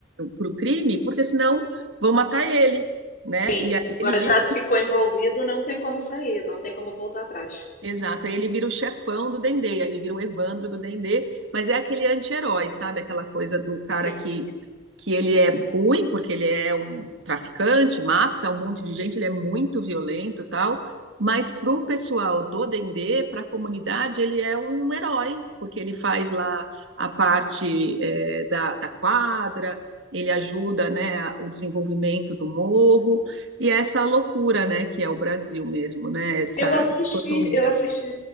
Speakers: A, on the right; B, on the left.
A: o crime, porque senão vão matar ele, né?
B: Sim,
A: E aí
B: agora
A: ele vira
B: já ficou envolvido, não tem como sair, não tem como voltar atrás.
A: Exato, aí ele vira o chefão do Dendê, aí ele vira o Evandro do Dendê, mas é aquele anti-herói, sabe? Aquela coisa do cara
B: Sim.
A: que, que ele é ruim, porque ele é um traficante, mata um monte de gente, ele é muito violento e tal, mas pro pessoal do Dendê, pra comunidade, ele é um herói, porque ele faz lá a parte eh, da, da quadra, ele ajuda, né, o desenvolvimento do morro, e é essa loucura, né, que é o Brasil mesmo, né, essa
B: Eu assisti,
A: dicotomia.
B: eu assisti.